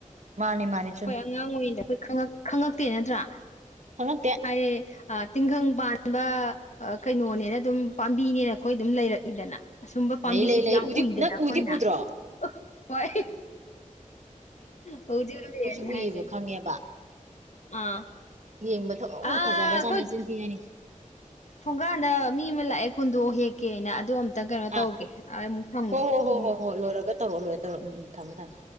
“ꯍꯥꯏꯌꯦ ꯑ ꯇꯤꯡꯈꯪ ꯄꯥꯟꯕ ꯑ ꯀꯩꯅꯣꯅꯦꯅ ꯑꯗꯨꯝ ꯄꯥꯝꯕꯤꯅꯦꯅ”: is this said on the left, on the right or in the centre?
Left